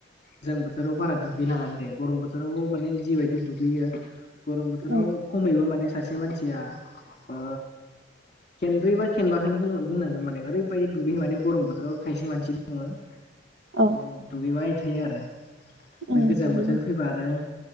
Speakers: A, on the left (about 40°); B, on the right (about 65°).
A: गोजां बोथोराव बारा दुगैलाङानोदे गरम बोथोराव माने जिबायदि दुगैयो गरम बोथोराव
B: उम
A: खमैबो माने स सासे मानसिया ओ खेनब्रै बा खेनबाखोनो बुंनो बुंनांगोन माने ओरैबायदि दुगैयो माने गरम बोथोराव खायसे मानसि दङो माने
B: औ
A: दुगैबाय थायो आरो। ओमफाय
B: उम
A: गोजां बोथोर फैबा आरो